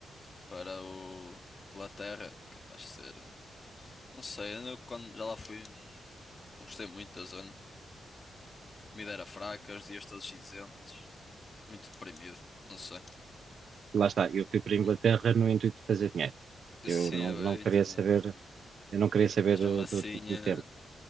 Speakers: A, on the left; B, on the right.
A: ir para o Inglaterra, capaz de ser. Não sei, eu não- quando já lá fui, não, não gostei muito da zona. A comida era fraca, os dias todos cinzentos, muito deprimido, não sei.
B: Lá está, eu fui para a Inglaterra
A: Hum,
B: no intuito de fazer dinheiro. Eu
A: Sim,
B: não,
A: eu
B: não queria
A: entendi,
B: saber,
A: entendi.
B: eu não queria saber
A: Mas
B: do,
A: mesmo assim,
B: do, do
A: eh,
B: tempo.